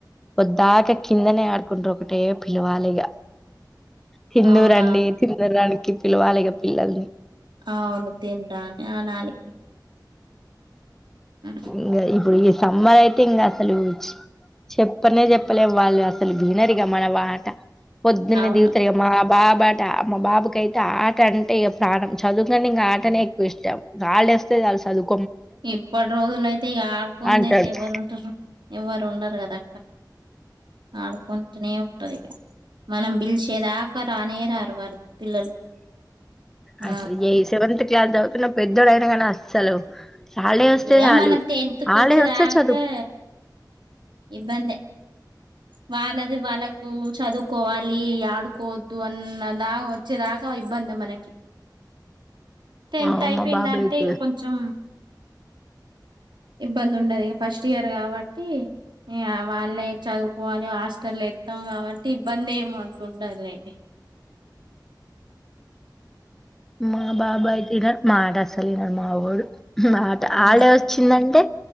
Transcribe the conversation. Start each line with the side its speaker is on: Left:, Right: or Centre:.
Centre: పొద్దాక కిందనే ఆడుకుంటారు. ఒకటే పిలవాలె ఇగ తిందుర్
Right: అవునవును.
Centre: రండి తినడానికి పిలవాలే ఇగ పిల్లల్నీ
Right: ఆ అవును తింటా అని అనాలి. హ్మ్.
Centre: ఇగ ఇప్పుడు ఈ సమ్మర్ అయితే ఇంకా అసలు చెప్పనే చెప్పలే వాళ్ళు అసల్కి వినరిగా మన వాట పొద్దున్నే
Right: అవును
Centre: దిగుతారిగ ఆ బాబా అట మా బాబుకయితే ఆట అంటే ఇగ ప్రాణం చదువుకన్న ఇంకా ఆటనే ఎక్కువ ఇష్టం. హాలిడే వస్తె చాలు చదువు
Right: ఇప్పటి రోజులయితే ఇగ ఆడుకోంది
Centre: అంటడు
Right: అయితే ఎవ్వరు ఉంటరు ఎవ్వరు ఉండరు కదా ఆడుకుంటనే ఉంటది ఇగ మనం బిల్చే దాకా రానే రాలు వాళ్ళు పిల్లలు
Centre: అసల్
Right: ఆ
Centre: ఎయి సెవెంత్ ఇగ చదువుతున్న పెద్దోడయినా కానీ అస్సలు హాలిడే వస్తే
Right: ఏ
Centre: చాలు
Right: మనకు టెన్త్
Centre: హాలిడే
Right: కొచ్చేదాకా
Centre: వస్తే చదువు
Right: ఇబ్బందే వాళ్ళది వాళ్ళకు చదువుకోవా లీ ఆడుకోవద్దు అన్నదా వచ్చే దాకా ఇబ్బందే మనకి టెన్త్
Centre: మా
Right: అయిపోయిందంటే
Centre: మా బాబు అయితే
Right: ఇగ కొంచం ఇబ్బందుండదిగా ఇగ ఫస్ట్ ఇయర్ కాబ టీ ఇగ వాళ్ళే చదువుకోవాలి హాస్టల ఎస్తాం కాబట్టి ఇబ్బంది ఏం అంత ఉండదు లేండి.
Centre: మా బాబయితే ఇగ మాట అసల్ వినడు మా వోడు ఆటా
Right: ఆ
Centre: హాలిడే వచ్చిందంటే